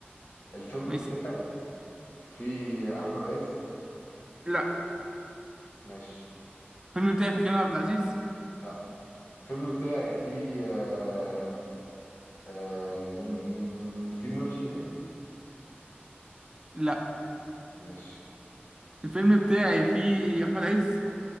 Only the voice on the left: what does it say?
الفيلم
بتاعي فيه احمد عز
ماشي
لا الفيلم بتاعي فيه آه آه مين مين مين مين فيه نور الشريف
ماشي